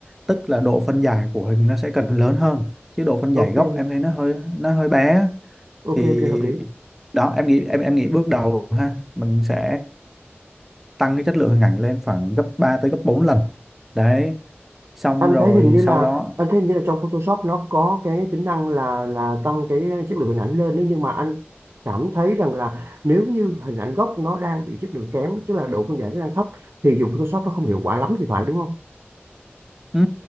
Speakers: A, in the centre; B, on the right.
A: tức là độ phân giải của hình nó sẽ cần lớn hơn chứ độ phân
B: ok.
A: giải gốc em thấy nó hơi nó hơi bé á.
B: ok
A: thì
B: ok hợp lý
A: đó em nghĩ em em nghĩ bước đầu ha mình sẽ tăng cái chất lượng hình ảnh lên khoảng gấp 3 tới gấp 4 lần đấy xong
B: anh
A: rồi
B: thấy hình như
A: sau
B: là
A: đó
B: anh thấy hình như là trong Photoshop nó có cái tính năng là là tăng cái chất lượng hình ảnh lên đấy nhưng mà anh cảm thấy rằng là nếu như hình ảnh gốc nó đang bị chất lượng kém tức là độ phân giải nó đang thấp thì dùng Photoshop nó không hiệu quả lắm thì phải đúng không
A: Ừ,